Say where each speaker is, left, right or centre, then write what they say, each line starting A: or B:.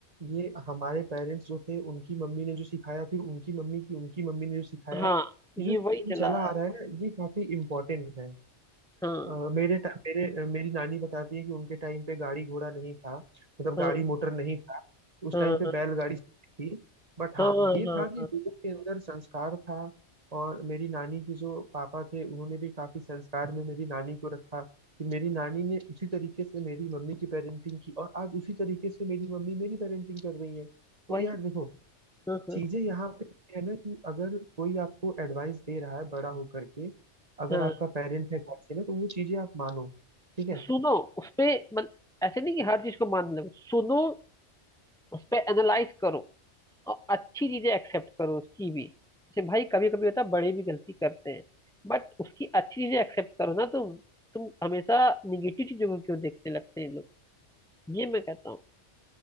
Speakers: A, on the right; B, in the centre.
A: ये हमारे पेरेंट्स जो थे उनकी मम्मी ने जो सिखाया फिर उनकी मम्मी की उनकी मम्मी ने जो सिखाया
B: हाँ ये
A: ये जो दिन
B: वही चला
A: चला
B: रहा
A: आ
B: है
A: रहा है ना ये काफी इम्पोर्टेंट है
B: हाँ
A: अ, मेरे टा- मेरे अ, मेरी नानी बताती है कि उनके टाइम पे गाड़ी घोड़ा नहीं था मतलब
B: हाँ
A: गाड़ी मोटर नहीं था उस
B: हाँ
A: टाइम पे बैलगाड़ी थी बट हाँ
B: हाँ हाँ
A: ये था कि
B: हाँ,
A: लोगों के अंदर संस्कार था और मेरी नानी की जो पापा थे उन्होंने भी काफी संस्कार में मेरी नानी को रखा फिर मेरी नानी ने उसी तरीके से मेरी मम्मी की पेरेंटिंग की और आज उसी तरीके से मेरी मम्मी मेरी पेरेंटिंग कर रही है तो
B: वही
A: यार देखो
B: हाँ हाँ
A: चीजें यहाँ पे है ना कि अगर कोई आपको एडवाइस दे रहा है बड़ा होकर के अगर
B: हाँ
A: आपका पेरेंट है गार्जियन है तो वो चीजें आप मानो ठीक है
B: सुनो उसपे मत ऐसे नहीं कि हर चीज को मान लो सुनो उसपे एनालाइज करो और अच्छी चीजें एक्सेप्ट करो उसकी भी जैसे भाई कभी कभी होता है बड़े भी गलती करते हैं बट उसकी अच्छी चीजें एक्सेप्ट करो ना तुम तुम हमेशा निगेटिव चीजों को क्यों देखने लगते हैं लोग ये मैं कहता हूँ